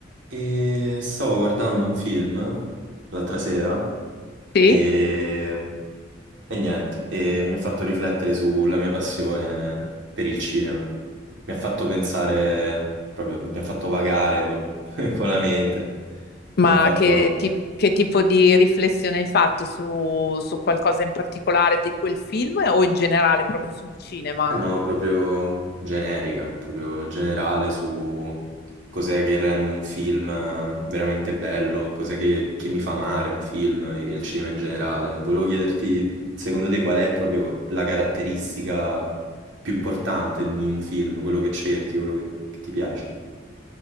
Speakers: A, on the right; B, on the left.
A: E stavo guardando un film l'altra sera
B: Sì,
A: e, e niente, e mi ha fatto riflettere sulla mia passione per il cinema. Mi ha fatto pensare, proprio, mi ha fatto vagare col- <laughs> con la mente,
B: ma
A: mi ha fatto
B: che, ti- che tipo di riflessione hai fatto su, su qualcosa in particolare di quel film o in generale proprio sul cinema?
A: Eh no, proprio generica, proprio generale su cos'è che rende un film eh, veramente bello, cos'è che, che mi fa amare un film e il cinema in generale. Volevo chiederti, secondo te, qual è proprio la caratteristica più importante di un film, quello che cerchi, quello che, che ti piace?